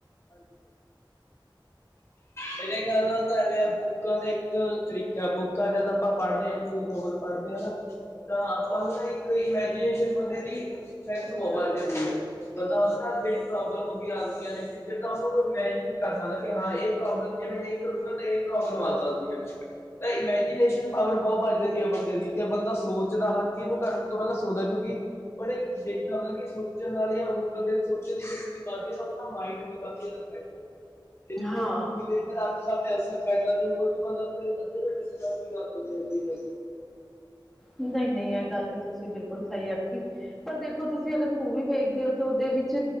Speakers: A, on the left; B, in the centre.
A: ਹਾਂਜੀ। ਮੇਰੇ ਕਹਿਣ ਦਾ ਤਾਂ ਐਵੇਂ ਆ ਬੁੱਕਾਂ ਦਾ ਇੱਕ ਤਰੀਕਾ ਬੁੱਕਾਂ ਜਦ ਆਪਾਂ ਪੜ੍ਹਦੇ ਹਾਂ। ਕੋਈ ਨੋਵਲ ਪੜ੍ਹਦੇ ਆ ਨਾ, ਤਾਂ ਆਪਾਂ ਨੂੰ ਇੱਕ ਇਮੈਜੀਨੇਸ਼ਨ ਬੰਦੇ ਦੀ ਏਦਾਂ ਦੀ ਹੁੰਦੀ ਹੈ, ਬੰਦਾ ਉਸ ਨਾਲ ਜਿਹੜੀ ਪ੍ਰੋਬਲਮ ਹੁੰਦੀਆਂ ਆਦੀਆਂ ਨੇ। ਜਿਹਦਾ ਮੈਂ ਉਹਨੂੰ ਈਮੈਜੀਨ ਕਰ ਸਕਦਾ, ਵੀ ਹਾਂ ਇਹ ਪ੍ਰੋਬਲਮ ਕਿਵੇਂ ਆ ਇੱਕ ਜਗਾ ਇਹੀ ਪ੍ਰੋਬਲਮ ਆ ਸਕਦੀ ਹੈ। ਤਾਂ ਇਮੈਜਨੇਸ਼ਨ ਪਾਵਰ ਬਹੁਤ ਵਾਰੀ। ਜਾਂਦੀ ਹੈ, ਬੰਦੇ ਦੀ ਤੇ ਬੰਦਾ ਸੋਚਦਾ ਹਰ ਚੀਜ਼ ਨੂੰ ਕਰਨ ਤੋਂ ਪਹਿਲਾਂ ਸੋਚਦਾ ਕਿਉਂਕਿ ਉਹਨੇ ਦੇਖਿਆ ਹੁੰਦਾ ਕਿ? ਸੋਚਣ ਵਾਲੇ ਉਹ ਬੰਦੇ ਸੋਚਣ ਦੀ ਸ਼ਕਤੀ ਵੱਧਦੀ ਹੈ, ਉਹ ਮਾਈਡ ਵੀ। ਕਾਫੀ ਜ਼ਿਆਦਾ ਇਹ ਦੀ
B: ਹਾਂ
A: ਜਗ੍ਹਾ ਮੂਵੀ । ਤੇ ਅਸਰ ਪੈਂਦਾ ਤੇ ਹੋਰ ਵੀ ਬੰਦਾ ਅੱਧੇ ਤੋਂ ਜਲਦੀ ਕਰ ਦਿੰਦੇ ਆ।
B: ਨਹੀਂ-ਨਹੀਂ ਇਹ ਗੱਲ ਤਾਂ ਤੁਸੀਂ ਬਿਲਕੁਲ, ਸਹੀ ਆਖੀ ਪਰ ਦੇਖੋ ਤੁਸੀਂ ਅਗਰ ਮੂਵੀ ਵੇਖਦੇ ਹੋ ਤਾਂ ਉਹਦੇ। ਵਿੱਚ